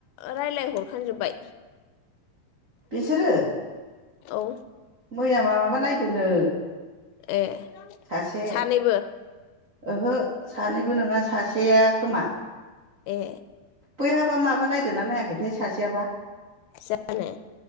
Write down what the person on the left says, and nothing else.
रायलाय हरखांजोबबाय?
औ
ए
सानैबो
ए।
जानो